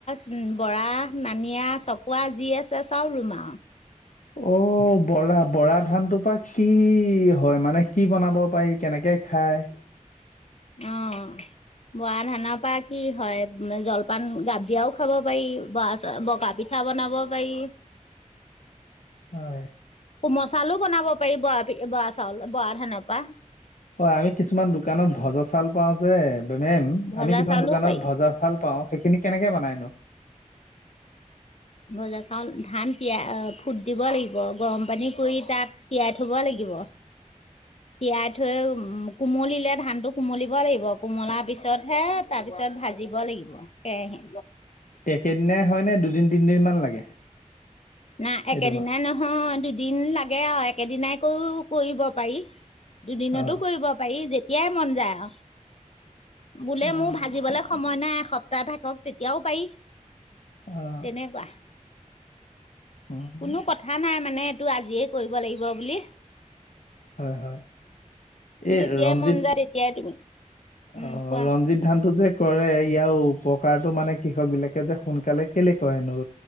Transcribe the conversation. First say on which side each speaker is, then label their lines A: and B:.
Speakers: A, on the left; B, on the left.
A: উ বৰা নানিয়া চকোৱা যি আছে চাব ৰুম আৰু
B: অ বৰা বৰা ধানটোৰ পৰা কি হয় মানে কি বনাব পাৰি কেনেকে খায়
A: অ বৰা ধানৰ পৰা কি হয় জল পান গাখিৰেও খাব পাৰি বগা পিঠা বনাব পাৰি
B: হয়
A: কোম চাউলো বনাব পাৰি ব বৰা চাউল বৰা সেনেকুৱা
B: হয় আমি কিছুমান দোকানত ভজা চাল পাও যে মেম
A: ভজা
B: আমি কিছুমান
A: চাউলো
B: দোকানত
A: পাৰি
B: ভজা চাল পাও সেইখিনি কেনেকে বনাইনো।
A: বজা চাউল ধান তিয়াই ফুট দিব লাগিব গৰম পানী কৰি তাত তিয়াই থব লাগিব লাগিব তিয়াই থৈ উ কোমলিলে ধান টো কোমলিব লাগিব কোমলাৰ পিছতহে তাৰপিছত পিছত ভাজিব লাগিব কেৰাহী
B: একেদিনাই নে হয়নেে দুদিন তিনদিনমান লাগে
A: নাই একেদিনাই
B: এইটো
A: নহয় দুদিন লাগে আৰু একেদিনাই কৰিৈ কৰিব পাৰি দুদিনতো
B: অ
A: কৰিব পাৰি যেতিয়াই মন যায় আৰু বোলে
B: অ
A: মোৰ ভাজিবলৈ সময় নাই এসপ্তাহ থাকক তেতিয়াও পাৰি।
B: অ
A: তেনেকুৱা-
B: উম,
A: কোনো কথা নাই মানে এইটো আজিয়ে কৰিব লাগিব বুলি-
B: হয় হয়। এই
A: যেতিয়াই
B: ৰঞ্জিত
A: মন যায় তেতিয়াই তুমি উম
B: অ
A: কোৱা
B: ৰঞ্জিত ধান টো যে কৰে ইয়াও- উপকাৰটো মানে কৃষক বিলাকে যে সোনকালে কেলেকয় হেনো-